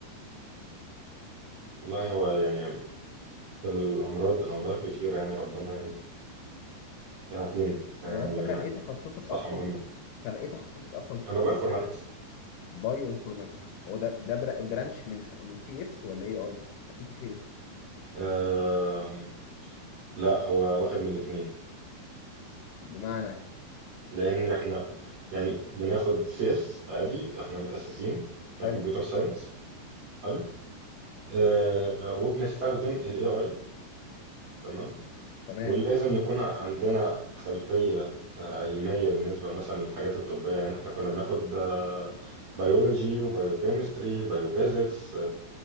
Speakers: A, on the right (about 45°); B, on the left (about 75°).
A: والله هو يعني الأمراض الأمراض كتيرة يعني ربنا يعافينا يعني
B: هو انت
A: جميعا
B: كان ايه تخصصك
A: صحة
B: اصلا
A: مهمة
B: كان ايه تخصصك اصلا في
A: أنا
B: الكو-
A: بانفورماتكس
B: بايو انفورماتكس هو ده ده برا- برانش من من سي اس ولا ايه اي اكيد سي اس
A: آه لا هو واخد من الاتنين
B: بمعنى
A: لأن إحنا يعني بناخد سي إس عادي إحنا متأسسين
B: حلو
A: كمبيوتر ساينس حلو آه وبنستخدم ال AI تمام
B: تمام
A: ولازم نكون عندنا خلفية آه، علمية بالنسبة مثلا للحاجات الطبية يعني احنا كنا بناخد بيولوجي وبيوكيمستري بيوفيزيكس